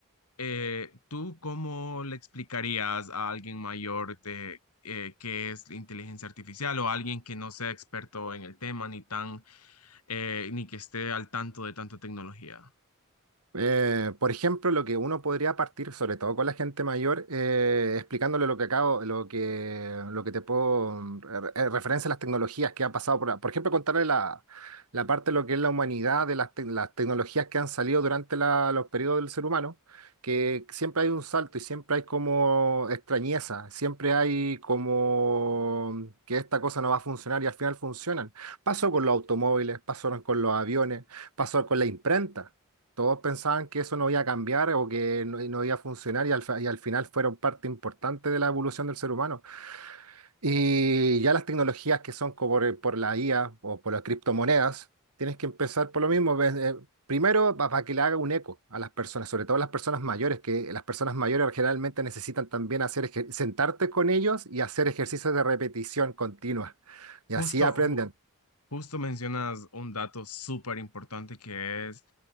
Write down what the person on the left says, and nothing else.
eh, ¿tú cómo le explicarías a alguien mayor de eh, qué es la inteligencia artificial o alguien que no sea experto en el tema ni tan eh, ni que esté al tanto de tanta tecnología?
Justo,
ju- justo mencionas un dato súper importante que es